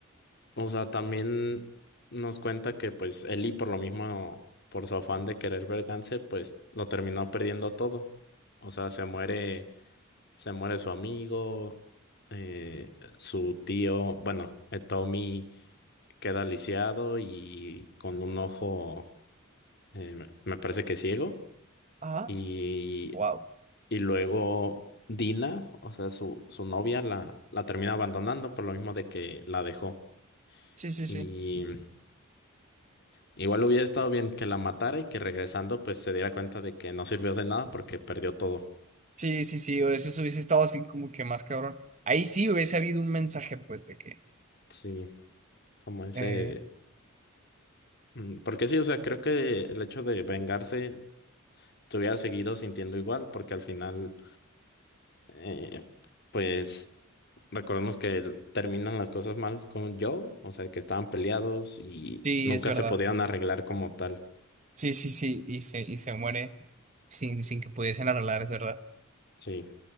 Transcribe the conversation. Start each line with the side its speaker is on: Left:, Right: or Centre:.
Left: o sea, también nos cuenta que pues Ellie por lo mismo, por su afán de querer vengarse, pues lo terminó perdiendo todo. O sea, se muere, se muere su amigo, eh, su tío, bueno, eh, Tommy queda lisiado y con un ojo, eh, me me parece que ciego.
Right: Ajá.
Left: Y,
Right: Wow.
Left: y luego Dina, o sea, su, su novia la, la termina abandonando por lo mismo de que la dejó.
Right: Sí, sí,
Left: Y
Right: sí.
Left: igual hubiera estado bien que la matara y que regresando pues se diera cuenta de que no sirvió de nada porque perdió todo.
Right: Sí, sí, sí. O eso hubiese estado así como que más cabrón. Ahí sí hubiese habido un mensaje, pues, de que
Left: Sí, como ese...
Right: eh,
Left: mm, Porque sí, o sea, creo que el hecho de vengarse te hubiera seguido sintiendo igual porque al final, eh, pues... Recordemos que el- terminan las cosas mal con Joel, o sea, que estaban peleados y
Right: sí,
Left: nunca
Right: es verdad.
Left: se podían arreglar como tal.
Right: Sí, sí, sí, y se, y se muere sin, sin que pudiesen arreglar, es verdad.
Left: Sí,